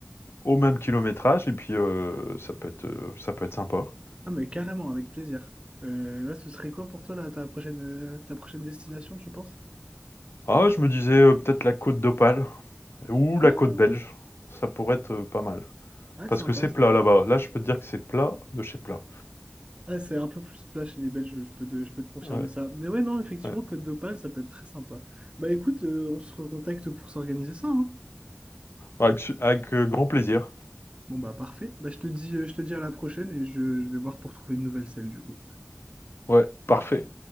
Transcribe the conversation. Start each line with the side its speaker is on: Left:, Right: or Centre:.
Left: au même kilométrage et puis euh, ça peut être, euh, ça peut être sympa.
Right: Ah, mais carrément, avec plaisir. Euh, là, ce serait quoi pour toi, là, ta prochaine, euh, ta prochaine destination, tu penses?
Left: Ah, je me disais euh, peut-être la côte d'Opale. Ou
Right: Ah,
Left: la côte belge, ça pourrait être euh, pas mal.
Right: ah,
Left: Parce
Right: sympa,
Left: que c'est
Right: sympa.
Left: plat là-bas. Là, je peux te dire que c'est plat de chez plat.
Right: Ah, c'est un peu plus plat chez les Belges, je peux te, je peux te confirmer
Left: Ouais,
Right: ça. Mais ouais, non, effectivement,
Left: ouais.
Right: Côte d'Opale, ça peut être très sympa. Bah écoute, euh, on se recontacte pour s'organiser ça, hein.
Left: Ouais, Avec, avec, euh, grand plaisir.
Right: Bon bah parfait. Bah, je te dis, euh, je te dis à la prochaine et je, je vais voir pour trouver une nouvelle selle du coup.
Left: Ouais, parfait.